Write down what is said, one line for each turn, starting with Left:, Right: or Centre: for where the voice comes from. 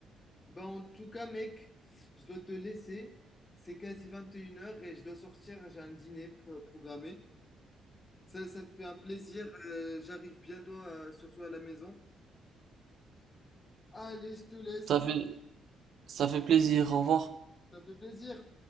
Left: Bah, en tout cas, mec, je dois te laisser. C'est quasi vingt et une heures et je dois sortir. J'ai un dîner pro- programmé. Ça, ça me fait un plaisir. Euh, j'arrive bientôt, euh, surtout à la maison. Allez, je te laisse.
Right: Ça fait, ça fait plaisir. Au revoir.
Left: Ça fait plaisir.